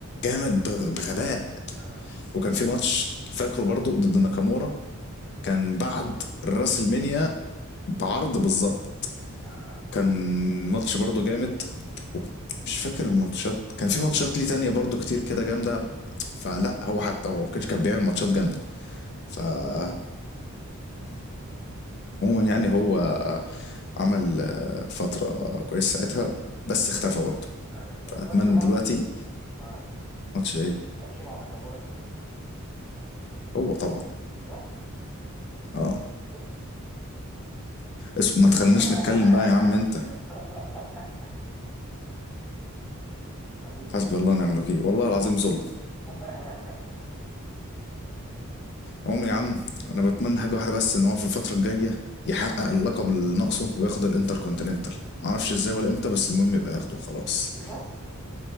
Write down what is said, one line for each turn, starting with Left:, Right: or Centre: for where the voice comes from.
Left: جامد بغ- بغباء
Centre: اه
Left: وكان في ماتش فاكره برضه ضد ناكامورا
Centre: أمم.
Left: كان بعد الراسلمينيا بعرض بالظبط
Centre: آه.
Left: كان ماتش برضو جامد وك- مش فاكر الماتشات كان في ماتشات ليه تانية برضو كتير كده جامدة فلا هو حتى هو كده كان بيعمل ماتشات جامدة فعموما يعني هو عمل آه، فترة كويسة ساعتها بس اختفى برضه
Centre: ايوه طب
Left: فأتمنى
Centre: ماتشو ما
Left: دلوقتي
Centre: اه
Left: ماتش ايه
Centre: ماتشو مع ناكامورا مين كسب
Left: هو طبعا
Centre: شيماس
Left: اه
Centre: شفت
Left: اسم ما تخليناش
Centre: <laughs>
Left: نتكلم بقى يا عم انت
Centre: حبيبي
Left: حسبي
Centre: يا
Left: الله ونعم الوكيل والله العظيم ظلم
Centre: <laughs>
Left: عمري يا عم انا بتمنى حاجه واحده بس ان هو في الفتره الجايه يحقق اللقب اللي ناقصه وياخد الانتركونتيننتال معرفش ازاي ولا امتى بس المهم يبقى ياخده وخلاص
Centre: شيماس